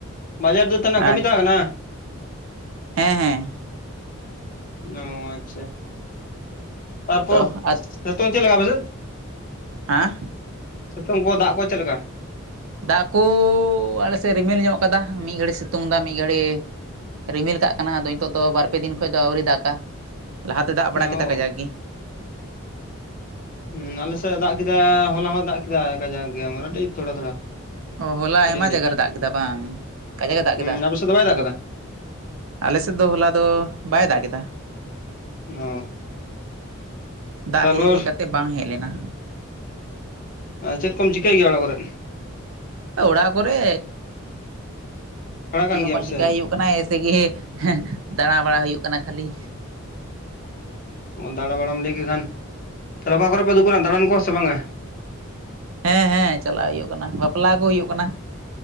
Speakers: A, on the left (about 40°); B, on the right (about 70°).
A: ᱵᱟᱡᱟᱨ ᱫᱚ ᱛᱟᱱᱟᱜ ᱠᱟᱹᱢᱤ
B: ᱟᱪ
A: ᱛᱟᱦᱮᱸ ᱠᱟᱱᱟ?
B: ᱦᱮᱸ ᱦᱮᱸ᱾
A: ᱚ ᱟᱪᱪᱷᱟ᱾ ᱛᱟᱨᱯᱚᱨ
B: ᱛᱚ ᱟᱨ
A: ᱥᱮᱛᱳᱝ ᱪᱮᱫ ᱞᱮᱠᱟ ᱟᱯᱮ ᱥᱮᱫ?
B: ᱦᱮᱸ
A: ᱥᱮᱛᱳᱝ ᱠᱚ ᱫᱟᱜ ᱠᱚ ᱪᱮᱫ ᱞᱮᱠᱟ?
B: ᱫᱟᱜ ᱠᱩ ᱟᱞᱮ ᱥᱮᱫ ᱨᱤᱢᱤᱞ ᱧᱚᱜ ᱠᱟᱫᱟ ᱢᱤᱫ ᱜᱷᱟᱹᱲᱤᱡ ᱥᱤᱛᱩᱝ ᱫᱟ ᱢᱤᱫ ᱜᱷᱟᱹᱲᱤ ᱨᱤᱢᱤᱞ ᱠᱟᱜ ᱠᱟᱱᱟ, ᱟᱫᱚ ᱱᱤᱛᱚᱜ ᱫᱚ ᱵᱟᱨᱯᱮ ᱫᱤᱱ ᱠᱷᱚᱡ ᱫᱚ ᱟᱹᱣᱨᱤ ᱫᱟᱜᱟ, ᱞᱟᱦᱟᱛᱮ ᱫᱟᱜ ᱵᱟᱲᱟ
A: ᱚ
B: ᱠᱮᱫᱟ ᱠᱟᱡᱟᱠ ᱜᱮ᱾
A: ᱦᱩᱸ ᱟᱞᱮ ᱥᱮᱫ ᱮ ᱫᱟᱜ ᱠᱮᱫᱟ ᱦᱚᱞᱟ ᱦᱚᱸ ᱫᱟᱜ ᱠᱮᱫᱟᱭ ᱠᱟᱡᱟᱠ ᱜᱮ ᱢᱚᱴᱟᱴᱤ ᱛᱷᱚᱲᱟ ᱛᱷᱚᱲᱟ᱾
B: ᱚ ᱦᱚᱞᱟ
A: ᱠᱟᱹᱴᱤᱡ
B: ᱟᱭᱢᱟ
A: ᱠᱟᱹᱴᱤᱡ
B: ᱡᱟᱭᱜᱟᱨᱮ ᱫᱟᱜ ᱠᱮᱫᱟ ᱵᱟᱝ ᱚᱠᱟ ᱠᱟᱡᱟᱠ ᱮ ᱫᱟᱜ
A: ᱦᱩᱸ
B: ᱠᱮᱫᱟ᱾
A: ᱟᱯᱮ ᱥᱮᱫ ᱫᱚ ᱵᱟᱭ ᱫᱟᱜ ᱠᱟᱫᱟ
B: ᱟᱞᱮ ᱥᱮᱫ ᱫᱚ ᱦᱚᱞᱟ ᱫᱚ ᱵᱟᱭ ᱫᱟᱜ ᱠᱮᱫᱟ᱾
A: ᱚ
B: ᱫᱟᱜ
A: ᱛᱟᱨᱯᱚᱨ
B: ᱦᱮᱡ ᱦᱮᱡ ᱠᱟᱛᱮ ᱵᱟᱝ ᱦᱮᱡ ᱞᱮᱱᱟ᱾
A: ᱮ ᱪᱮᱫ ᱠᱚᱢ ᱪᱤᱠᱟᱹᱭ ᱜᱮᱭᱟ ᱚᱲᱟᱜ ᱠᱚᱨᱮᱫ?
B: ᱚᱲᱟᱜ ᱠᱚᱨᱮ
A: ᱯᱟᱲᱦᱟᱜ
B: ᱪᱮᱫ
A: ᱠᱟᱱ
B: ᱦᱚᱸ
A: ᱜᱮᱭᱟᱢ
B: ᱵᱟᱝ ᱪᱤᱠᱟᱭ
A: ᱥᱮ
B: ᱦᱩᱭᱩᱜ ᱠᱟᱱᱟ ᱮᱭᱥᱮ ᱜᱮ ᱫᱟᱬᱟ ᱵᱟᱲᱟ ᱦᱩᱭᱩᱜ ᱠᱟᱱᱟ ᱠᱷᱟᱹᱞᱤ᱾
A: ᱚ ᱫᱟᱬᱟ ᱵᱟᱲᱟᱢ ᱞᱟᱹᱭ ᱠᱮᱫ ᱠᱷᱟᱱ ᱛᱟᱦᱚᱞᱮ ᱚᱠᱟ ᱠᱚᱨᱮ ᱯᱮ ᱫᱩᱠᱩᱱᱟ ᱫᱟᱬᱟᱱ ᱠᱚ ᱥᱮ ᱵᱟᱝᱟ?
B: ᱦᱮᱸ ᱦᱮᱸ ᱪᱟᱞᱟᱣ ᱦᱩᱭᱩᱜ ᱠᱟᱱᱟ ᱵᱟᱯᱞᱟ ᱠᱚ ᱦᱩᱭᱩᱜ ᱠᱟᱱᱟ᱾